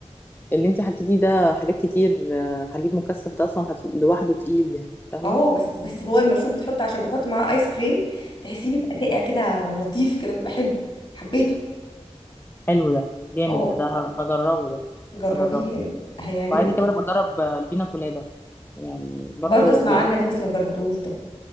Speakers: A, on the left; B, on the left.
A: اللي انت حكيتيه ده حاجات كتير آه، حليب مكثف ده اصلا هت... لوحده تقيل يعني فاهمه
B: اه بس بس هو المشروب بتحط عشان بتحط معاه ايس كريم تحسيه بيبقى ساقع كده لطيف كده بيبقى حلو حبيته
A: حلو ده جامد
B: اه
A: ده ده ه- هجربه ده
B: جربيه
A: هجربه
B: يعني هيعجبك
A: وعايزه كمان أبقى اجرب آه، البينا كولادا يعني برضو
B: برضه اسمع
A: ب...
B: عنها دي بس ما جربتهوش ده